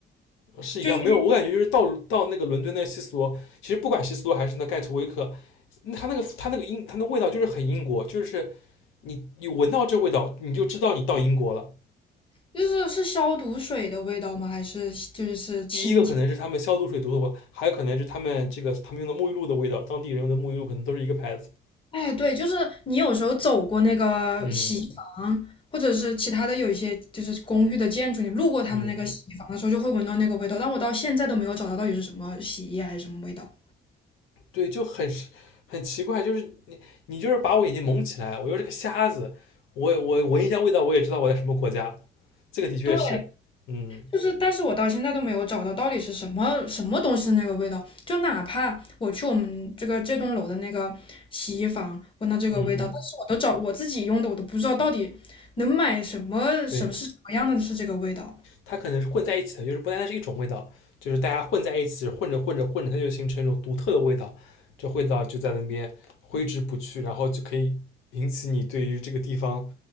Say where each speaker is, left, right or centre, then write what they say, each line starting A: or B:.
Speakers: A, on the left (about 80°); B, on the left (about 25°).
A: 是一样，
B: 就是
A: 没有，我感觉就是到到那个伦敦那个西斯罗，其实不管西斯罗还是那盖特威克，那它那个它那个英它那味道就是很英国，就是你你闻到这味道，你就知道你到英国了。
B: 就是是消毒水的味道吗？还是就是清洁？
A: 第一个可能是他们消毒水毒的味，还有可能是他们这个他们用的沐浴露的味道，当地人用的沐浴露可能都是一个牌子。
B: 哎，对，就是你有时候走过那个洗衣房，
A: 嗯
B: 或者是其他的有一些就是公寓的建筑，你路过他们那个洗衣房的时候，
A: 嗯，
B: 就会闻到那个味道。但我到现在都没有找到到底是什么洗衣液还是什么味道。
A: 对，就很很奇怪，就是你你就是把我眼睛蒙起来，我又是个瞎子，我我闻一下味道，我也知道我在什么国家。这个的确是，
B: 对，
A: 嗯
B: 就是，但是我到现在都没有找到到底是什么什么东西的那个味道。就哪怕我去我们这个这栋楼的那个洗衣房闻到这个味道，
A: 嗯嗯，
B: 但是我都找我自己用的，我都不知道到底能买什么什么是什么样的是这个味道。
A: 对。它可能是混在一起的，就是不单单是一种味道，就是大家混在一起，混着混着混着，它就形成一种独特的味道，这味道就在那边挥之不去，然后就可以引起你对于这个地方